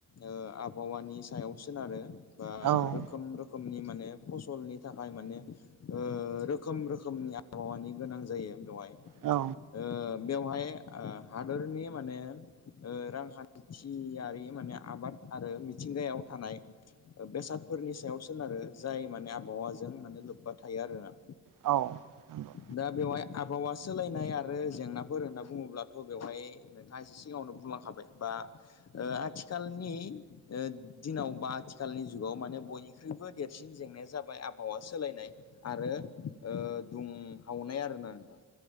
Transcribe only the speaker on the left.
ओ आबहावानि सायाव सोनारो बा
रोखोम रो खोमनि माने फसलनि थाखाय माने ओह रोखोम रोखोमनि आबहावानि गोनां जायो बेवहाय
ओ बेवहाय ओ हादरनि माने ओ रांखान्थियारि माने आबाद आरो मिथिंगायाव थानाय। ओ बेसादफोरनि सायाव सोनारो जाय माने आबहावाजों माने लोब्बा थायो आरो ना।
दा बेवहाय आबहावा सोलायनाय आरो जेंनाफोर होनना बुङोब्लाथ' बेवहाय थायसे सिगाङावनो बुंलांखाबाय बा आथिखालनि ओह दिनाव बा आथिखालनि जुगाव माने बयनिख्रुइबो देरसिन जेंनाया जाबाय आबहावा सोलायनाय आरो ओह दुंहावनाय आरोना नोंथां?